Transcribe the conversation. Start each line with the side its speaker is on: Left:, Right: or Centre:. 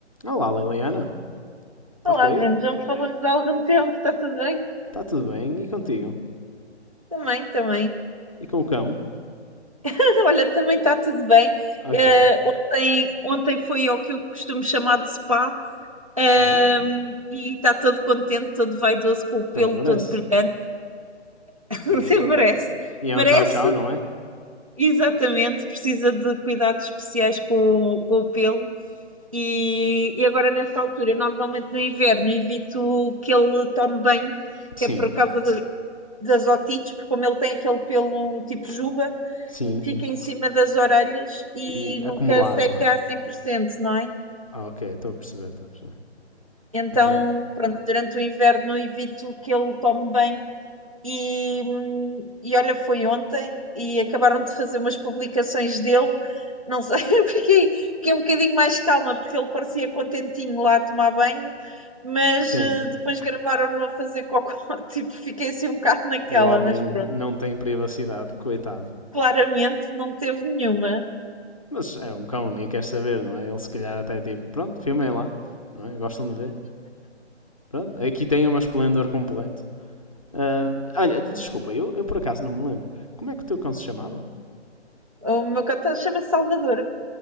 Left: Olá, Liliana. Estás
Right: Olá,
Left: por aí?
Right: Bruno, já me falamos há algum tempo, está tudo bem?
Left: Está tudo bem? E contigo?
Right: Também, também.
Left: E com o cão?
Right: <laughs> Olha, também está tudo bem.
Left: Ok.
Right: Eh, tem- ontem foi ao que eu costumo chamar de spa, ehm,
Left: Ah,
Right: e está todo contente, todo vaidoso, com o pelo
Left: também merece.
Right: todo brilhante. <laughs>
Left: Também
Right: Sim,
Left: merece.
Right: Merece,
Left: E
Right: merece,
Left: é um tchau-tchau, não é?
Right: exatamente. Precisa de cuidados especiais com, o- com o pelo. E, e agora, nesta altura, normalmente no inverno, evito que ele tome banho,
Left: Sim.
Right: que é por causa da- das otites, porque como ele tem aquele pelo tipo juba.
Left: Sim,
Right: fica
Left: sim.
Right: em cima das orelhas e
Left: E
Right: nunca
Left: acumula
Right: seca
Left: água.
Right: a 100%, não é?
Left: Ah, ok. Estou a perceber, estou a perceber.
Right: Então,
Left: Ah,
Right: pronto, durante o inverno evito que ele tome bem. E, hum, e olha, foi ontem e acabaram de fazer umas publicações dele. Não sei, <laughs> fiquei, fiquei um bocadinho mais calma porque ele parecia contentinho lá a tomar banho, mas
Left: sim.
Right: eh, depois gravaram-no a fazer cocó. <laughs> Tipo, fiquei assim um bocado naquela,
Left: O homem
Right: mas pronto.
Left: não tem privacidade, coitado.
Right: Claramente não teve nenhuma.
Left: Mas é um cão, nem quer saber, não é? Ele se calhar até é tipo, pronto, filmem lá, não é? Gostam de ver. Pronto, aqui tem uma esplendor completo. Ah, olha, desculpa, eu, eu por acaso não me lembro. Como é que o teu cão se chamava?
Right: O meu cão tá- chama-se Salvador.